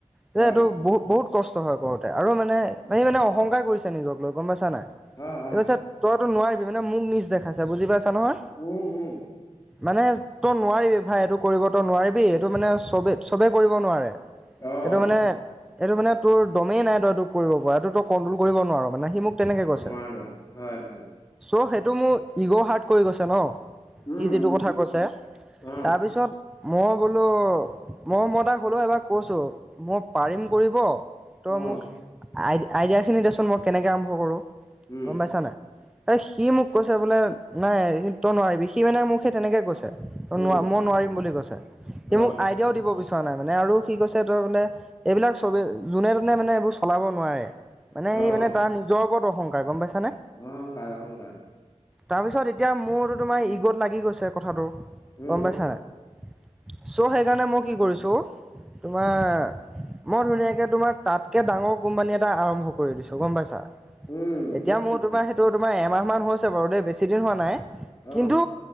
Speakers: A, in the centre; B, on the left.
A: যে
B: অ',
A: এইটো বহুত বহুত কষ্ট হয় কৰোতে আৰু মানে সি মানে অহংকাৰ কৰিছে নিজক লৈ গম পাইছা নাই। সি
B: অ', অ',
A: কৈছে তইতো নোৱাৰিবি, মানে মোক নিছ দেখাইছে বুজি পাইছা নহয়।
B: উম উম।
A: মানে তই নোৱাৰিবি ভাই এইটো কৰিব তো নোৱাৰিবি এইটো মানে চবে চবে কৰিব নোৱাৰে।
B: অ',
A: এইটো মানে এইটো মানে তোৰ দমেই নাই তই এইটো কৰিব পৰা এইটো তই কণ্ট্ৰল কৰিব নোৱাৰ, মানে সি মোক তেনেকে কৈছে,
B: নোৱাৰো হয়, হয়,
A: চ্ সেইটো মোৰ ইগ' হাৰ্ট কৰি গৈছে ন।
B: উম,
A: সি যিটো
B: উম,
A: কথা কৈছে,
B: অ',
A: তাৰপিছত মই বোলো মই মই তাক হ'লেওঁ এবাৰ কৈছোঁ, মই পাৰিম কৰিব। তই
B: অ',
A: মোক আইডিয়া খিনি দেচোন মই কেনেকে আৰম্ভ কৰোঁ,
B: উম,
A: গ'ম পাইছানে নাই? এ সি মোক কৈছে বোলে নাই স তই নোৱাৰিবি সি মানে মোক সেই তেনেকে কৈছে। মই নোৱাৰিম
B: উম,
A: বুলি কৈছে, সি
B: অ',
A: মোক আইডিয়াও দিব বিচৰা নাই মানে আৰু সি কৈছে বোলে এইবিলাক চ'বে যোনে তোনে মানে এইবোৰ চলাব নোৱাৰে। মানে সেই
B: অ',
A: মানে তাৰ নিজৰ ওপৰত অহংকাৰ গ'ম পাইছানে?
B: অহংকাৰ অহংকাৰ।
A: তাৰপিছত এতিয়া মোৰতো তোমাৰ ইগত লাগি গৈছে কথাটো,
B: উম,
A: গ'ম পাইছা নে নাই? ছ' সেইকাৰণে মই কি কৰিছোঁ। তোমাৰ মই ধুনীয়াকে তোমাৰ তাতকে ডাঙৰ কোম্পানী এটা আৰম্ভ কৰি দিছো, গ'ম পাইছা!
B: উম,
A: এতিয়া মোৰ তোমাৰ সেইটো তোমাৰ এমাহ মান হৈছে বাৰু দেই, বেছি দিন হোৱা নাই। কিন্তু
B: অ',